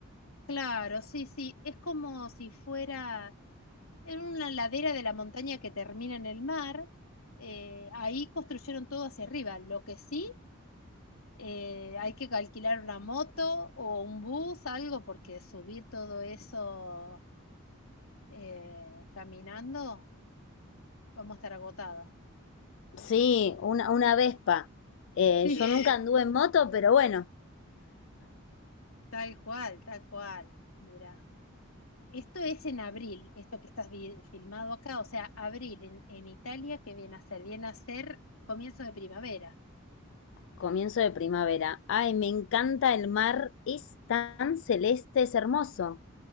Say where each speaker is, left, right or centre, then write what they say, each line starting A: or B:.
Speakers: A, on the left; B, on the left.
A: Claro, sí, sí. Es como si fuera en una ladera de la montaña que termina en el mar. eh, ahí construyeron todo hacia arriba. Lo que sí eh, hay que alquilar una moto o un bus, algo, porque subir todo eso eh, caminando, vamos a estar agotadas.
B: Sí, una, una Vespa. Eh,
A: Sí.
B: yo
A: <laughs>
B: nunca anduve en moto, pero bueno,
A: Tal cual, tal cual. Mira, esto es en abril, esto que estás vi- filmado acá, o sea, abril en, en Italia, ¿qué viene a ser? Viene a ser comienzo de primavera.
B: comienzo de primavera. Ay, me encanta el mar, es tan celeste, es hermoso.